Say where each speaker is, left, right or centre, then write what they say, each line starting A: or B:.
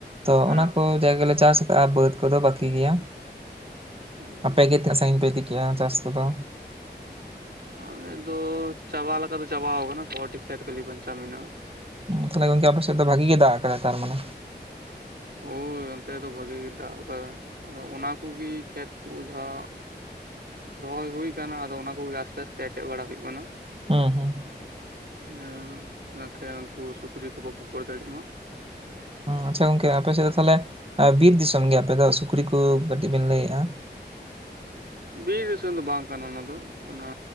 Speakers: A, on the right; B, on the right.
A: ᱛᱚ
B: ᱦᱮᱸ
A: ᱚᱱᱟ ᱠᱚ ᱡᱟᱭᱜᱟ ᱞᱮ ᱪᱟᱥ ᱠᱟᱜᱼᱟ ᱵᱟᱹᱫᱽ ᱠᱚᱫᱚ ᱵᱟᱹᱠᱤ ᱜᱮᱭᱟ ᱾
B: ᱚ
A: ᱟᱯᱮ ᱜᱮ ᱛᱤᱱᱟᱜ ᱥᱟᱺᱜᱤᱧ ᱯᱮ ᱤᱫᱤ ᱠᱮᱜᱼᱟ ᱪᱟᱥ ᱠᱚᱫᱚ?
B: ᱟᱞᱮ ᱫᱚ ᱪᱟᱵᱟ ᱞᱮᱠᱟ ᱞᱮᱠᱟᱛᱮ ᱪᱟᱵᱟ ᱟᱠᱟᱱᱟ, ᱠᱚᱴᱤ ᱠᱷᱮᱛ ᱠᱷᱟᱹᱞᱤ ᱵᱟᱧᱪᱟᱣ ᱢᱮᱱᱟᱜᱼᱟ ᱾
A: ᱛᱟᱦᱞᱮ ᱜᱚᱝᱠᱮ ᱟᱯᱮ ᱥᱮᱫ ᱫᱚ ᱵᱷᱟᱜᱤ ᱜᱮ ᱫᱟᱜ ᱟᱠᱟᱫᱟᱭ ᱛᱟᱨ ᱢᱟᱱᱮ?
B: ᱦᱚᱭ ᱚᱱᱛᱮ ᱫᱚ ᱵᱷᱟᱜᱤ ᱜᱮ ᱫᱟᱜ ᱟᱠᱟᱫᱟ ᱾ ᱟᱫᱚ ᱚᱱᱟ ᱠᱚᱜᱮ ᱠᱷᱮᱛ ᱠᱚ ᱡᱟᱦᱟᱸ, ᱨᱚᱦᱚᱭ ᱦᱩᱭ ᱟᱠᱟᱱᱟ ᱟᱫᱚ ᱚᱱᱟ ᱠᱚᱜᱮ ᱟᱥᱼᱼ ᱠᱷᱟᱥ ᱛᱮ ᱮᱴᱮᱫ ᱵᱟᱲᱟ ᱦᱩᱭᱩᱜ ᱠᱟᱱᱟ ᱾
A: ᱦᱮᱸ ᱦᱮᱸ ᱾
B: ᱦᱩᱸ ᱵᱟᱠᱷᱟᱱ ᱩᱱᱠᱩ ᱥᱩᱠᱨᱤ ᱠᱚ ᱵᱟᱠᱚ ᱠᱷᱚᱲ ᱫᱟᱲᱤᱭᱟᱜ ᱢᱟ ᱾
A: ᱟᱪᱪᱷᱟ ᱜᱚᱝᱠᱮ, ᱟᱯᱮ ᱥᱮᱫ ᱫᱚ ᱛᱟᱦᱚᱞᱮ ᱵᱤᱨ ᱫᱤᱥᱚᱢ ᱜᱮ ᱟᱯᱮ ᱫᱚ ᱥᱩᱠᱨᱤ ᱠᱚ ᱠᱟᱹᱴᱤᱡ ᱵᱮᱱ ᱞᱟᱹᱭᱮᱜᱼᱟ ᱾
B: ᱵᱤᱨ ᱫᱤᱥᱚᱢ ᱫᱚ ᱵᱟᱝ ᱠᱟᱱᱟ ᱚᱱᱟ ᱫᱚ, ᱚᱱᱟ